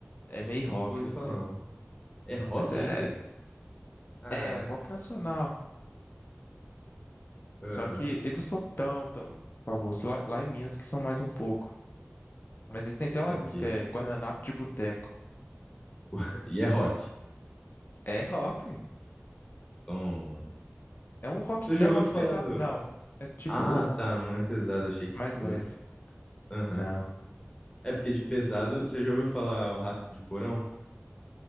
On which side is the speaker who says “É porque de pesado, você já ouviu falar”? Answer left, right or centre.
Left